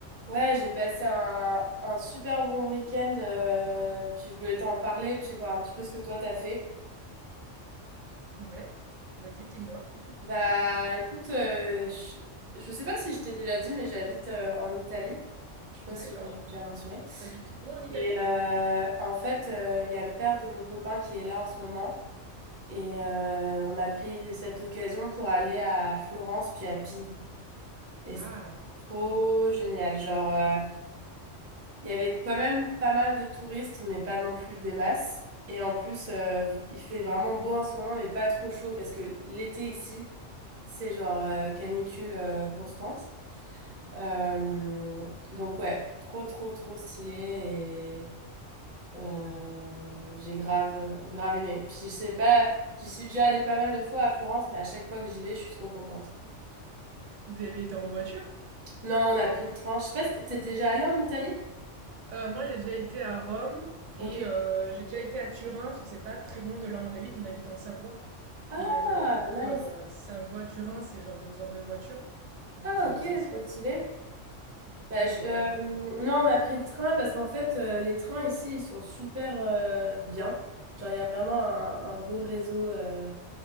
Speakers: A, on the right; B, on the right.
A: Ouais, j'ai passé un, un super bon week-end, euh, puis je voulais t'en parler, puis voir un petit peu ce que toi t'as fait.
B: Ouais, vas-y, dis-moi.
A: Bah écoute, euh, je, je sais pas si je t'ai déjà dit, mais j'habite euh, en Italie. Je sais pas
B: D'accord.
A: si je l'ai déjà mentionné.
B: T'habites où en Italie?
A: Et euh, en fait, euh, il y a le père de mon copain qui est là en ce moment, et euh, on a pris cette occasion pour aller à Florence puis à Pise. Et
B: Ah,
A: c'était
B: trop
A: trop
B: bien.
A: génial, genre. euh, Il y avait quand même pas mal de touristes, mais pas non plus des masses. Et en plus, euh, il fait vraiment beau en ce moment, mais pas trop chaud, parce que l'été ici, c'est genre euh, canicule euh, constante. Euh, donc ouais, trop, trop, trop stylé. Et euh, j'ai grave, euh, grave aimé. Puis je sais pas, j'y suis déjà allée pas mal de fois à Florence, mais à chaque fois que j'y vais, je suis trop contente.
B: Vous avez été en voiture?
A: Non, on a pris le train. Je sais pas, si t'es déjà allée en Italie?
B: Euh, moi, j'ai déjà été à Rome
A: Ok.
B: et euh, j'ai déjà été à Turin parce que c'est pas très loin de là où on habite. On habite en Savoie.
A: Ah,
B: Et euh, du coup,
A: nice.
B: euh, Savoie-Turin, c'est genre deux heures de voiture. Donc
A: Ah,
B: euh,
A: ok,
B: ça se
A: trop
B: fait.
A: stylé. Bah,
B: Mais
A: je- euh,
B: ouais, du coup.
A: non, on a pris le train parce qu'en fait, euh, les trains ici, ils sont super euh, bien. Genre, il y a vraiment un, un beau réseau, euh,